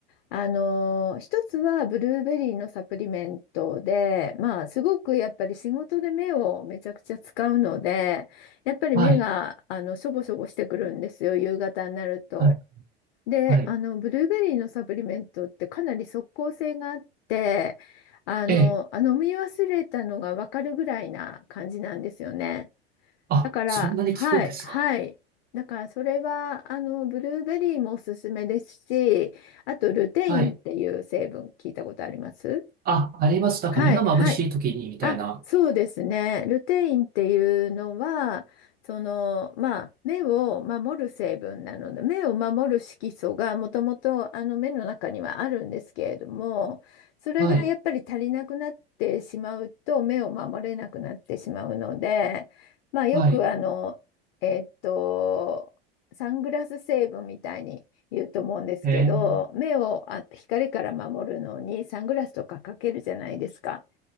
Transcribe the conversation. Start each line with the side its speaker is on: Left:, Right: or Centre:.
Left: あの、一つはブルーベリーのサプリメントで、まあ、すごくやっぱり仕事で目をめちゃくちゃ使うので、やっぱり目が、
Right: はい、
Left: あの、しょぼしょぼしてくるんですよ、夕方になると。
Right: はい、
Left: で、
Right: はい。
Left: あの、ブルーベリーのサプリメントってかなり即効性があって、あの、
Right: ええ、
Left: あ飲み忘れたのがわかるぐらいな感じなんですよね。
Right: あ、
Left: だから、
Right: そんなに効くんですか
Left: はい、はい。だから、それは、あの、ブルーベリーもおすすめですし、あと、ルテインっていう成分、
Right: はい。
Left: 聞いたことあります
Right: あ、あります。なんか目が眩しい時にみたいな。
Left: はい、はい。あ、そうですね。ルテインっていうのは、その、まあ、目を守る成分なので、目を守る色素がもともとあの目の中にはあるんですけれども、それがやっぱり足りなくなってしまうと、
Right: はい、
Left: 目を守れなくなってしまうので、まあ、よくあの、
Right: はい。
Left: えっと、サングラス成分みたいに言うと思うんですけど、
Right: ええ
Left: 目をあ光から守るのにサングラスとかかけるじゃないですか。